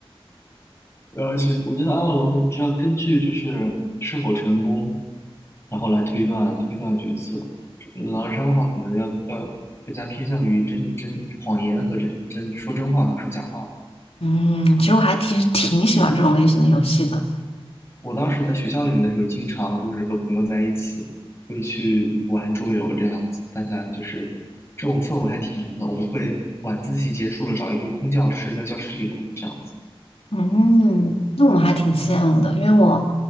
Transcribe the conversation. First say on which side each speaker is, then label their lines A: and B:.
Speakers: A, on the left (about 25°); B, on the left (about 85°).
A: 而且我觉得阿瓦隆只要根据就是是否成功，然后来推断推断角色。狼人杀的话，可能要要更加偏向于真真谎言和真真说真话和说假话吧。
B: 嗯，其实我还挺挺喜欢这种类型的游戏的。
A: 我当时在学校里面的时候，经常就是和朋友在一起会去玩桌游这样子，大家就是这种氛围还挺浓的。我们会晚自习结束了找一个空教室在教室里玩这样子。
B: 嗯，那我还挺羡慕的，因为我